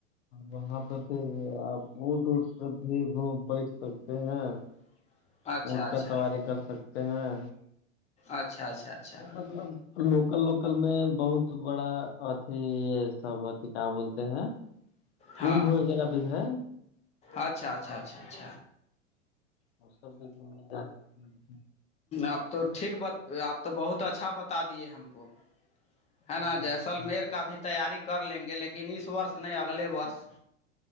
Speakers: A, on the left; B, on the left.
A: وہاں پہ پھر آپ اٹ اٹ کر بھی گوم بیٹھ سکتے ہیں
B: <inaudible>
A: اونٹ
B: اچھا
A: کر سواری کر سکتے ہیں
B: اچھا اچھا اچھا
A: مطلب لوکل لوکل میں بہت بڑا اھی ہے سبتی کیا بولتے ہیں کمب
B: ہاں
A: وغیرہ بھی ہے
B: اچھا اچھا اچچ
A: اور سب بھییکھاں د
B: آپ تو ٹھیک ب آپ تو بہت اچھا بتا دیے ہم کو ہے نا
A: ہاں
B: جیسلمیر
A: آپ
B: کا بھی تیاری کر لیں گے لیکن اس وورس نہیں اگلے وورس